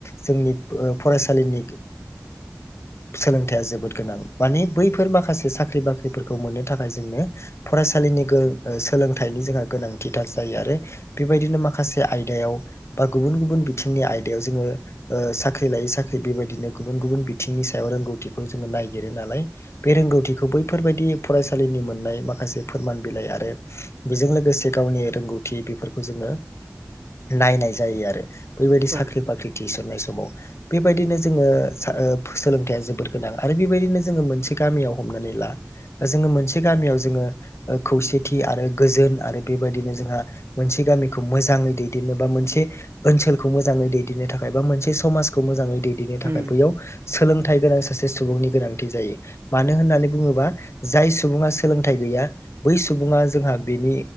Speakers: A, on the left; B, on the right.
A: जोंनि फरायसालिनि सोलोंथाइया जोबोद गोनां माने बैफोर माखासे साख्रि बाख्रिफोरखौ मोननो थाखाय जोंनो फरायसालिनि सोलोंथाइनि जोंहा गोनांथि आरो बेबायदिनो माखासे आयदायाव बा गुबुन गुबुन बिथिंनि आयदायाव जोङो साख्रि लायै साख्रि बेबायदिनो गुबुन गुबुन बिथिंनि सायाव रोंगौथिखौ जोङो नायगिरो नालाय बे रोंगौथिखौ बैफोरबायदि फरायसालिनि मोननाय माखासे फोरमान बिलाइ आरो बेजों लोगोसे गावनि रोंगौथि बेफोरखौ जोङो नायनायायो जायो आरो बेैबायदि
B: औ
A: साख्रि
B: नोंथां औ नोंथां
A: बाख्रि थिसननाय व बेबायदिनो जोङो सोलोंथाया जोबोद गोनां आरो बेबायदिनो जोङो मोनसे गामियाव हमनानै ला दा जोङो मोनसे गामियाव जोङो खौसेथि आरो गोजोन आरो बेबायदिनो जोंहा मोनसे गामिखौ मोजाङै दैदेननो बा मोनसे ओनसोलखौ मोजाङै दैदेननो थाखाय बा मोनसे समाज खौ मोजाङै दैदेननो थाखाय
B: उम
A: बैयाव सोलोंथाइ गोनां सासे सुबुंनि गोनांथि जायो मानो होननानै बुङोबा जाय सुबुङा सोलोंथाइ गैया बै सुबुङा जोंहा बिनि